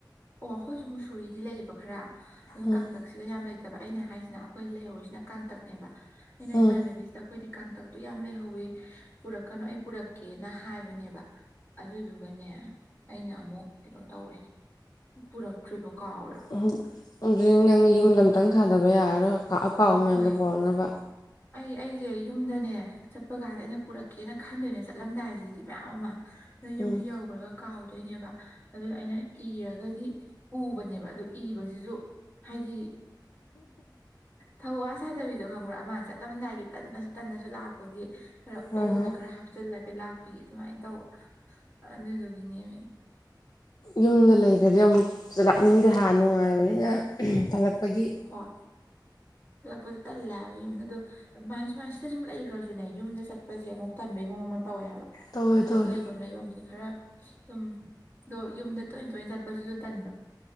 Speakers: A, on the left; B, on the left.
A: ꯑꯣ ꯑꯩꯈꯣꯏꯁꯨ ꯃꯨꯁꯣꯔꯤꯗꯤ ꯂꯩꯌꯦꯕ ꯈꯔ
B: ꯎꯝ
A: ꯑꯇꯛ ꯁꯤꯗ ꯌꯥꯝ ꯂꯩꯇꯕ ꯑꯩꯅ ꯍꯥꯏꯔꯤꯁꯤꯅ ꯑꯩꯈꯣꯏ ꯂꯩꯍꯧꯔꯤꯁꯤꯅ ꯀꯥꯡꯇꯛꯅꯦꯕ ꯑꯩꯅ
B: ꯎꯝ
A: ꯏꯃꯥꯟꯅꯕꯤꯁꯤꯗ ꯑꯩꯈꯣꯏꯗꯤ ꯀꯥꯡꯇꯛꯇꯨ ꯌꯥꯝ ꯂꯩꯍꯧꯋꯤ ꯄꯨꯔꯛꯀꯅꯨ ꯑꯩ ꯄꯨꯔꯛꯀꯦꯅ ꯍꯥꯏꯕꯅꯦꯕ ꯑꯗꯨꯗꯨꯒꯅꯦ ꯑꯩꯅ ꯑꯃꯨꯛ ꯀꯩꯅꯣ ꯇꯧꯔꯦ ꯄꯨꯔꯛꯇ꯭ꯔꯤꯕ ꯀꯥꯎꯔꯦꯕ
B: ꯎꯝ ꯑꯗꯨꯗꯤ ꯅꯪ ꯌꯨꯝꯗ ꯑꯝꯇꯪ ꯊꯥꯗꯕ ꯌꯥꯔꯔꯣꯏ ꯑꯀꯥꯎꯕ ꯃꯌꯥꯝꯗꯣ
A: ꯍꯣꯏ
B: ꯄꯣꯔꯛꯅꯕ
A: ꯑꯩ ꯑꯩꯁꯦ ꯌꯨꯝꯗꯅꯦ ꯆꯠꯄ ꯀꯥꯟꯗ ꯑꯩꯅ ꯄꯨꯔꯛꯀꯦꯅ ꯈꯟꯗꯣꯏꯅꯦ ꯆꯠꯂꯝꯗꯥꯏꯁꯤꯗꯗꯤ ꯃꯌꯥꯝ ꯑꯃ ꯅꯗ ꯌꯨꯝꯁꯦ
B: ꯎꯝ
A: ꯌꯧꯈ꯭ꯔꯒ ꯀꯥꯎꯗꯣꯏꯅꯦꯕ ꯑꯗꯨ ꯑꯩꯅ ꯏꯔꯒꯗꯤ ꯎꯕꯅꯦꯕ ꯑꯗꯨ ꯏꯕꯁꯤꯁꯨ ꯍꯥꯏꯗꯤ ꯊꯧꯋꯥ ꯁꯥꯗꯕꯤꯗꯣ ꯈꯪꯕ꯭ꯔꯥ ꯑꯃ ꯆꯠꯂꯝꯗꯥꯏꯒꯤ ꯇꯟꯅꯁꯨ ꯇꯟꯅꯁꯨ ꯂꯥꯛꯄꯒꯤ ꯈꯔ
B: ꯍꯣꯏ
A: ꯑꯎꯕ
B: ꯍꯣꯏ
A: ꯈꯔ ꯍꯥꯞꯆꯤꯜꯂꯒ ꯂꯥꯛꯄꯤ ꯑꯗꯨꯃꯥꯏꯅ ꯇꯧꯕ ꯑꯗꯨꯗꯨꯒꯤꯅꯦꯅꯦ
B: ꯌꯨꯝꯗ ꯂꯩꯈ꯭ꯔꯗꯤ ꯑꯃꯨꯛ ꯆꯠꯂꯛꯅꯤꯡꯗꯦ ꯍꯥꯟꯅ ꯅꯨꯡꯉꯥꯏꯕꯅꯤꯅ ꯇꯠꯂꯛꯄꯒꯤ
A: ꯍꯣꯏ ꯍꯂꯛꯄꯗ ꯇꯜꯂꯦꯕ ꯌꯨꯝꯗ ꯑ ꯑꯗꯨꯗꯣ ꯑꯗꯨꯃꯥꯏꯅ ꯁꯨꯃꯥꯏ ꯁꯤꯗ ꯁꯨꯝ ꯂꯩꯈ꯭ꯔꯁꯨꯅꯦ ꯌꯨꯝꯗ ꯆꯠꯄꯁꯦ ꯑꯃꯨꯛ ꯇꯟꯕꯩ ꯃꯑꯣꯡ ꯑꯃ ꯇꯧꯋꯦ ꯍꯥꯏꯕ
B: ꯇꯧꯋꯦ
A: ꯍꯥꯏꯗꯤ
B: ꯇꯧꯋꯦ
A: ꯂꯩꯐꯝ ꯂꯩꯐꯝꯁꯦ ꯈꯔ ꯑꯗꯨꯝ ꯑꯗꯣ ꯌꯨꯝꯗ ꯇꯣꯏꯅ ꯇꯣꯏꯅ ꯆꯠꯄꯁꯤꯁꯨ ꯇꯟꯕ